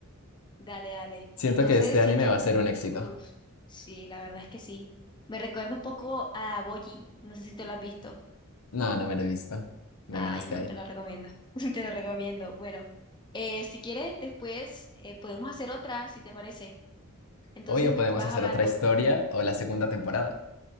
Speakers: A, on the left; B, on the left.
A: dale, dale.
B: Siento
A: Entonces
B: que este anime
A: sí que,
B: va a ser un éxito.
A: uff, sí, la verdad es que sí. Me recuerda un poco a Boji. No sé si te lo has visto.
B: No, no me lo he visto. Me
A: Ay,
B: ganaste
A: no,
B: ahí.
A: te lo recomiendo. <laughs> Te lo recomiendo. Bueno, eh, si quieres, después eh, podemos hacer otra, si te parece. Entonces
B: Obvio,
A: me
B: podemos
A: vas
B: hacer
A: hablando.
B: otra historia o la segunda temporada.